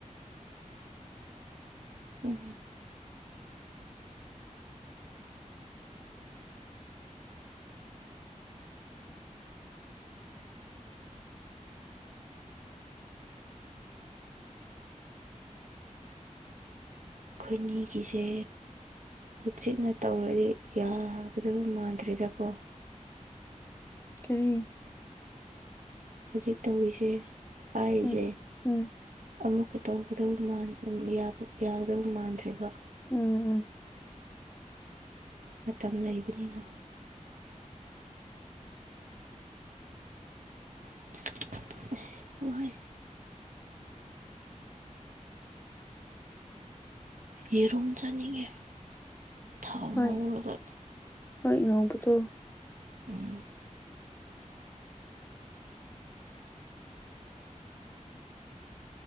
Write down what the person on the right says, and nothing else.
ꯎꯝ ꯈꯣꯏꯅꯤꯒꯤꯁꯦ ꯍꯧꯖꯤꯛꯅ ꯇꯧꯔꯗꯤ ꯌꯥꯒꯗꯕ ꯃꯥꯟꯗ꯭ꯔꯦꯗꯀꯣ
ꯍꯧꯖꯤꯛ ꯇꯧꯔꯤꯁꯦ ꯄꯥꯏꯔꯤꯁꯦ
ꯑꯃꯨꯛꯀ ꯇꯧꯒꯗꯕ ꯃꯥꯟ ꯌꯥꯒꯗꯕ ꯃꯥꯟ ꯃꯥꯟꯗ꯭ꯔꯦꯕ
ꯃꯇꯝ ꯂꯩꯒꯅꯤꯅ <unintelligible> ꯑꯁ ꯋꯥꯏ ꯌꯦꯔꯨꯝ ꯆꯥꯅꯤꯡꯉꯦ ꯊꯥꯎ
ꯉꯧꯔꯒ
ꯎꯝ